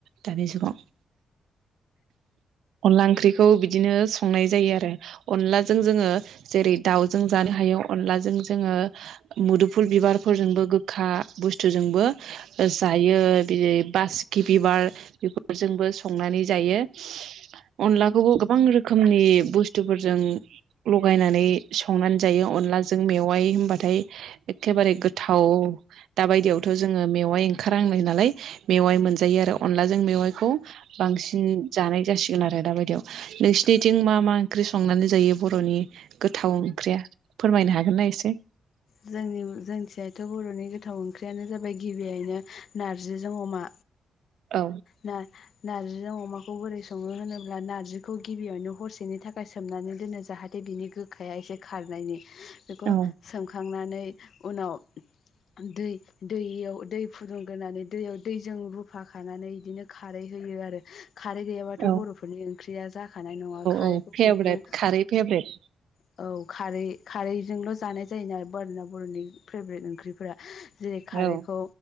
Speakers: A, on the right; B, on the left.
A: दानि जुगाव अनला ओंख्रिखौ बिदिनो संनाय जायो आरो। अनलाजों जोङो जेरै दाउजों जानो हायो अनलाजों जोङो मुदुफुल बिबार फोरजोंबो गोखा बुस्थुजोंबो जायो बि बासकि बिबार बेफोरजोंबो संनानै जायो। अनलाखौबो गोबां रोखोमनि बुस्थुफोरजों लगायनानै संनानै जायो अनलाजों मेवाय होनबाथाय एखेबारे गोथाव दा बायदियावथ जोङो मेव वाय ओंखारांनाय नालाय मेवाय मोन जायो आरो अनलाजों मेवखौ बांसिन जानाय जासि गोन आरो दाबायदियाव नोंसिनिथिं मा मा ओंख्रि संनानै जायो बर'नि गोथाव ओंख्रिया फोरमायनो हागोनना एसे
B: जोंनि जोंथिंजायथ' बर'नि गोथाव ओंख्रियानो जाबाय गिबियैनो नारजिजों अमा
A: औ
B: ना-नार जो अमाखौ बोरै सङो होनोब्ला नारजिखौ गिबियावनो हरसेनि थाखाय सोमनानै दोनो जाहाथे बिनि गोखाया एसे खारनायनि बेख
A: औ
B: सों नै उनाव दै-दैयाव दै फुदुंगोनानै दैयाव दैजों रुफा खानानै इदिनो खारै होयो आरो खारै गैयाबाथ
A: औ
B: बर'फोरनि ओंख्रिया जा खानाय नङा खारैखौ
A: औ फेभरेट
B: बिदिनो
A: खारै फेभरेट
B: ओ औ खारै खारैजोंल जानाय जायोना बोरना बर'नि फेभ्रेट ओंख्रिफोरा जेरै खारैखौ
A: औ